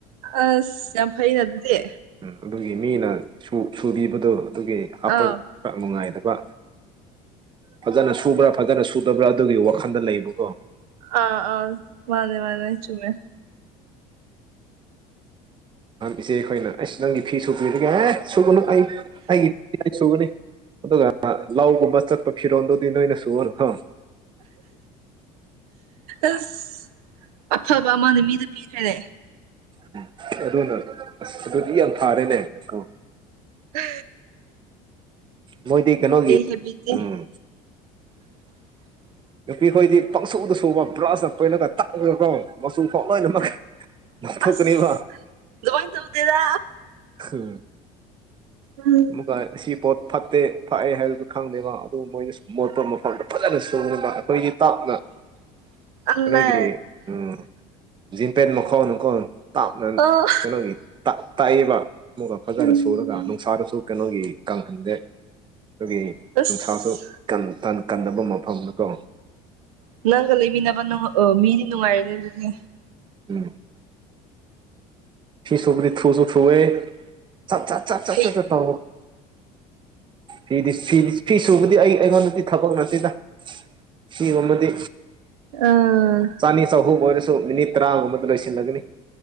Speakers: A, on the right; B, on the right.
A: ꯑꯁ ꯌꯥꯝ ꯐꯩꯅ ꯑꯗꯨꯗꯤ
B: ꯎꯝ ꯑꯗꯨꯒꯤ ꯃꯤꯅ ꯁꯨꯕꯤꯕꯗꯣ ꯑꯗꯨꯒꯤ ꯍꯥꯄ
A: ꯑꯥ
B: ꯈꯔ ꯅꯨꯡꯉꯥꯏꯇꯕ ꯐꯖꯅ ꯁꯨꯕ꯭ꯔꯥ ꯐꯖꯅ ꯁꯨꯗꯕ꯭ꯔꯥ ꯑꯗꯨꯒꯤ ꯋꯥꯈꯟꯗ ꯂꯩꯕꯨꯀꯣ
A: ꯑꯥ ꯑ ꯋꯥꯅꯦ ꯋꯥꯅꯦ ꯆꯨꯝꯃꯦ
B: ꯏꯆꯦ ꯑꯩꯈꯣꯏꯅ ꯑꯩꯁ ꯅꯪꯒꯤ ꯐꯤ ꯁꯨ ꯄꯤꯔꯒꯦ ꯑꯦ ꯁꯨꯒꯅꯨ ꯑꯩ ꯑꯩꯒꯤ ꯐ ꯑꯩ ꯁꯨꯒꯅꯤ ꯑꯗꯨꯒ ꯂꯒꯨꯝꯕ ꯆꯠꯄ ꯐꯤꯔꯣꯜꯗꯨꯗꯤ ꯅꯣꯏꯅ ꯁꯨ ꯑꯣꯏꯅꯨꯣ
A: ꯑꯁ ꯑꯐꯕ ꯑꯃꯅ ꯃꯤꯗ ꯄꯤꯈ꯭ꯔꯦꯅꯦ
B: ꯎꯝ ꯑꯗꯨꯅ ꯑꯁ ꯑꯗꯨꯗꯤ ꯌꯥꯝ ꯊꯥꯔꯦꯅꯦꯀꯣ
A: ꯎ
B: ꯃꯣꯏꯗꯤ ꯀꯩꯅꯣꯒꯤ
A: ꯍꯦꯕꯤꯠꯇꯤ
B: ꯎꯝ
A: <inaudible>
B: ꯅꯨꯄꯤꯈꯣꯏꯗꯤ ꯄꯪꯁꯨꯗ ꯁꯨꯕ ꯕ꯭ꯔꯁꯇ ꯀꯣꯏꯅꯒ ꯇꯛꯉꯒꯀꯣ ꯃꯆꯨ ꯐꯥꯎ ꯂꯣꯏꯅꯃꯛ
A: <inaudible>
B: ꯊꯣꯛ
A: ꯑꯁ
B: ꯀꯅꯤꯕ
A: ꯑꯗꯨꯃꯥꯏ ꯇꯧꯗꯦꯗ
B: ꯎꯝ
A: ꯎꯝ
B: ꯃ ꯁꯤ ꯄꯣꯠ ꯐꯠꯇꯦ ꯐꯛꯑꯦ ꯍꯥꯏꯕꯗꯨ ꯈꯪꯗꯦꯕ ꯑꯗꯨ ꯃꯣꯏꯅ ꯃꯣꯠꯄꯣ ꯃꯐꯝꯗ ꯐꯖꯅ ꯁꯨꯕ ꯑꯩꯈꯣꯏꯗꯤ ꯇꯥꯞꯅ
A: <inaudible> ꯑꯜꯂꯦ
B: ꯅ ꯅꯣꯏꯒꯤ ꯎ ꯖꯤꯟꯄꯦꯠ ꯃꯈꯥꯎꯅꯨꯀꯣ ꯇꯥꯞꯅ
A: ꯑꯣ
B: ꯀꯩꯅꯣꯒꯤ ꯇꯥꯛꯏꯕ ꯑꯃꯒ ꯐꯖꯅ
A: ꯎꯝ
B: ꯁꯨꯔꯒ ꯑꯁꯥꯗꯁꯨ ꯀꯩꯅꯣꯒꯤ ꯀꯪꯍꯟꯗꯦ ꯑꯗꯨꯒꯤ
A: ꯑꯁ
B: ꯅꯨꯡꯁꯥꯁꯨ ꯀꯟꯅꯕ ꯃꯐꯝꯅꯤꯀꯣ
A: ꯅꯪꯒ ꯂꯩꯃꯤꯅꯕ ꯃꯤꯗꯤ ꯅꯨꯡꯉꯥꯏꯔꯦꯅꯦ
B: ꯎꯝ ꯐꯤ ꯁꯕꯔꯤ ꯊꯨꯁꯨ ꯊꯨꯋꯦꯠ ꯆꯠꯠꯠ ꯆꯠ ꯆꯠ
A: ꯐꯩ
B: ꯊꯣ ꯐꯤꯗꯤ ꯐꯗꯤ ꯐꯤ ꯁꯨꯕꯗꯤ ꯑꯩ ꯑꯩꯉꯣꯟꯗꯗꯤ ꯊꯕꯛ ꯅꯠꯇꯦꯗ ꯁꯤꯒꯨꯝꯕꯗꯤ
A: ꯑꯥ
B: ꯆꯥꯅꯤ ꯆꯍꯨꯝ ꯑꯣꯏꯔꯁꯨ ꯃꯤꯅꯤꯠ ꯇꯔꯥꯒꯨꯝꯕꯗ ꯂꯣꯏꯁꯤꯜꯂꯒꯅꯤ